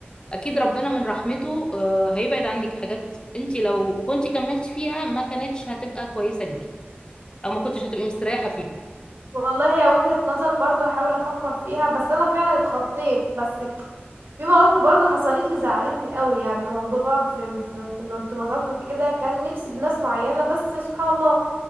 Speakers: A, on the left (about 20°); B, on the right (about 65°).
A: أكيد ربنا من رحمته آه، هيبعد عنك حاجات أنت لو كنت كملتي فيها ما كانتش هتبقى كويسة ليكي أو ما كنتش هتبقي مستريحة فيها
B: والله هي وجهة نظر برضو هحاول افكر فيها بس انا فعلا اتخطيت بس في مواقف برضو حصلت لي زعلتني قوي يعني موضوع في, في, في الارتباطات وكده كان نفسي بناس معينه بس سبحان الله